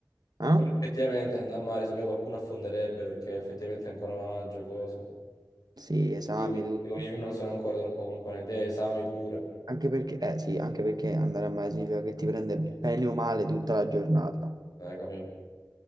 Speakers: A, on the right (about 65°); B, on the left (about 60°).
A: Ah?
B: Però effettivamente andare a mare, secondo me qualcuno affonderebbe perché effettivamente è ancora maggio, cose.
A: Sì, esami,
B: Io, io
A: tutto.
B: io non sono ancora troppo componente, eh, esami pure,
A: Anche perché, eh, sì, anche perché andare a mare significa che ti prende bene o male tutta la giornata.
B: eh, capito?